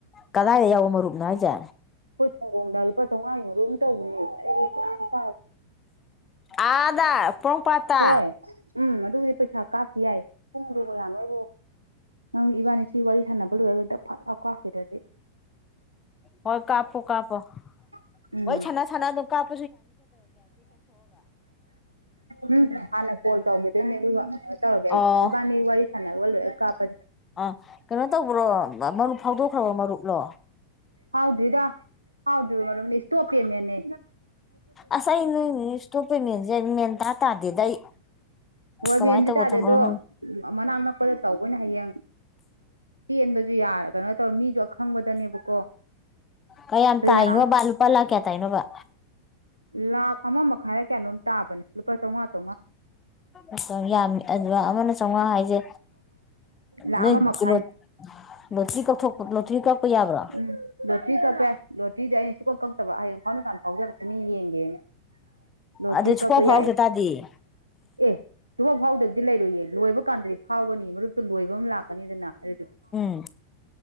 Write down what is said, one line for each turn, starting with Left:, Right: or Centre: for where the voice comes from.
Left: ꯀꯗꯥꯏꯗ ꯌꯥꯎꯕ ꯃꯔꯨꯞꯅꯣ ꯍꯥꯏꯁꯦ
Right: ꯑꯩꯈꯣꯏ ꯊꯣꯡꯒꯣꯡꯗ ꯂꯨꯄꯥ ꯆꯧꯉꯥꯒꯤ ꯃꯔꯨꯝ ꯑꯃ ꯇꯧꯕꯅꯦ ꯑꯩ <inaudible>
Left: ꯑꯥꯗ ꯄꯣꯔꯣꯝꯄꯥꯠꯇ
Right: ꯍꯣꯏ ꯎꯝ ꯑꯗꯨꯕꯨꯗꯤ ꯄꯩꯁꯥ ꯀꯥꯞꯈꯤ ꯌꯥꯏ ꯄꯨꯡꯗꯨ ꯀꯌꯥ ꯑꯩꯕꯨ ꯅꯪ ꯏꯕꯥꯅꯤ ꯁꯤ ꯋꯥꯔꯤ ꯁꯥꯟꯅꯕ ꯂꯣꯏꯔꯒ ꯗꯞ ꯐꯥꯠ ꯀꯥꯞꯈꯤꯗꯔꯗꯤ
Left: ꯍꯣꯏ ꯀꯥꯞꯄꯣ ꯀꯥꯞꯄꯣ
Right: ꯎꯝ
Left: ꯋꯥꯔꯤ ꯁꯥꯟꯅ ꯁꯥꯟꯅ ꯑꯗꯨꯝ ꯀꯥꯞ
Right: ꯎꯝ ꯍꯥꯟꯅ ꯀꯣꯜ ꯇꯧꯒꯗꯣꯏꯅꯦ ꯑꯗꯨꯒ ꯇꯧꯔꯒꯦ ꯑꯩ
Left: ꯑꯣ
Right: ꯏꯕꯥꯅꯤ ꯋꯥꯔꯤ ꯁꯥꯟꯅꯅꯕ ꯂꯣꯏꯔ ꯀꯥꯞꯄ
Left: ꯑꯥ ꯀꯩꯅꯣ ꯇꯧꯕ꯭ꯔꯣ ꯃ ꯃꯔꯨꯞ ꯐꯥꯎꯗꯣꯛꯈ꯭ꯔꯕ ꯃꯔꯨꯞꯂꯣ
Right: ꯐꯥꯎꯗ꯭ꯔ꯭ꯤ ꯗ ꯐꯥꯎꯗꯔ꯭ꯤꯕꯥ ꯃꯔꯨꯞꯅꯤ ꯁꯇ꯭ꯣꯞ ꯄꯦꯃꯦꯟ ꯅꯦ
Left: ꯑꯁꯥꯏ <unintelligible> ꯏꯁꯇꯣꯄ ꯄꯦꯃꯦꯟ ꯁꯦ ꯃꯦꯟ ꯇꯥ ꯇꯥꯗꯦꯗ ꯑꯩ
Right: ꯍꯣꯏ
Left: ꯀꯃꯥꯏꯅ
Right: ꯃꯦꯟꯗꯤ
Left: ꯇꯧꯕ
Right: ꯇꯥꯗꯦ
Left: ꯊꯕꯛꯅꯣ
Right: ꯑꯗꯣ ꯃꯅꯥꯛ ꯅꯛꯄꯗ ꯇꯧꯕꯅ ꯍꯩꯌꯦꯡ ꯇꯦꯟꯕꯁꯨ ꯌꯥꯔ ꯀꯩꯅꯣ ꯇꯧꯔ ꯃꯤꯁꯨ ꯑꯈꯪꯕꯗꯅꯦꯕꯀꯣ
Left: ꯀꯌꯥꯝ
Right: ꯑꯗꯨꯅ
Left: ꯇꯥꯏꯅꯣꯕ ꯂꯨꯄꯥ ꯂꯥꯛ ꯀꯌꯥ ꯇꯥꯏꯅꯣꯕ
Right: ꯂꯥꯛ ꯑꯃ ꯃꯈꯥꯏꯔ ꯀꯌꯥꯅꯣꯝ ꯇꯥꯕꯅꯦ ꯂꯨꯄꯥ ꯆꯩꯉꯥ ꯆꯩꯉꯥ
Left: ꯑꯁ ꯌꯥꯝ ꯌꯥꯝꯃꯤ ꯂꯥꯛ ꯑꯃꯅꯥ ꯆꯧꯉꯥ ꯍꯥꯏꯖꯦ
Right: ꯂꯥꯛ
Left: ꯅꯣꯏ
Right: ꯑꯃ ꯃꯈꯥꯏ
Left: ꯂꯣꯠ ꯂꯣꯇ꯭ꯔꯤ ꯀꯛꯊꯣꯛꯄ ꯂꯣꯇ꯭ꯔꯤ ꯀꯛꯄ ꯌꯥꯕꯔꯣ
Right: ꯎꯝ ꯂꯣꯇ꯭ꯔꯤ ꯀꯛꯄ ꯌꯥꯏ ꯂꯣꯇ꯭ꯔꯤꯗꯤ ꯑꯩꯅ ꯁꯨꯛꯀꯛ ꯀꯛꯇꯕ ꯍꯌꯦꯡ ꯐꯥꯎꯅꯤꯡ ꯀꯥꯟ ꯐꯥꯎꯖꯅꯤ ꯌꯦꯡꯒꯦꯅ ꯂꯣꯇꯔ꯭ꯤ
Left: ꯑꯗꯨ ꯁꯨꯐꯥꯎ
Right: ꯀꯛꯄ
Left: ꯐꯥꯎꯗ
Right: ꯌꯥꯏꯌꯦ
Left: ꯇꯥꯗꯤ
Right: ꯑꯦ ꯁꯨꯡꯐꯥꯎ ꯐꯥꯎꯗꯕꯤ ꯂꯩꯔꯣꯏꯌꯦ ꯂꯣꯏꯕ ꯀꯥꯟꯗꯗꯤ ꯐꯥꯎꯒꯅꯤ ꯃꯔꯨꯞꯇꯣ ꯂꯣꯏꯕ ꯑꯃ ꯂꯥꯛꯀꯅꯤꯗꯅ ꯑꯗ
Left: ꯎꯝ